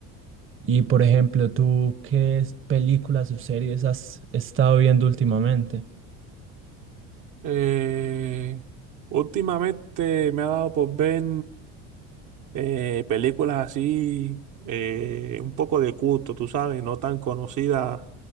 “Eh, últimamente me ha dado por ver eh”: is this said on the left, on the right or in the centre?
Right